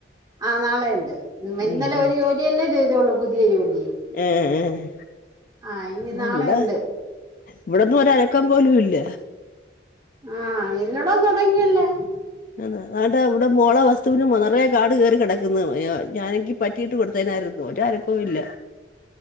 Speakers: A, on the right; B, on the left.
A: ആ നാളെ ഉണ്ട് ഇന്നലെ
B: ഉം ഉം
A: ഒരു ല്ലേ ചെയ്തേള്ളൂ പുതിയ ജോലി
B: ഏഹ്
A: ആ ഇനി
B: ആഹ്
A: നാളെയുണ്ട്
B: ഇവിടാ ഇവിടന്നും ഒര അനക്കം പോലും ഇല്ല
A: ആഹ് എല്ലോടും തുടങ്ങിയല്ലേ
B: എന്നാ ദാണ്ടെ ഇവിടെ മോള വസ്തുവിനു നിറയെ കാട് കയറി കിടക്കുന്നു അയോ ഞാനെങ്കി പറ്റിയിട്ട് കൊടുത്തനായിരുന്നു ഒരു ആനക്കവും ഇല്ല